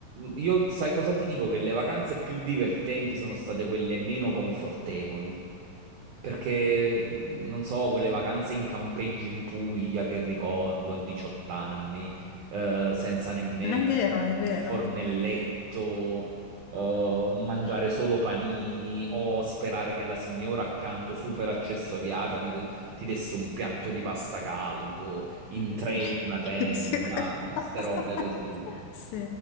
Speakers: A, on the right; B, on the left.
A: io sai cosa ti dico? Che le vacanze più divertenti sono state quelle meno confortevoli. Perché, mhmm, non so, quelle vacanze in campeggio in Puglia che ricordo a 18 anni, eh, senza nemmeno
B: Ma È vero, è vero.
A: il fornelletto, eh, mangiare solo panini o sperare che la signora accanto super accessoriata ti, ti desse un piatto di pasta caldo, in tre
B: <laughs>
A: in una tenda,
B: Sì, qualcosa.
A: ste robe così.
B: Sì,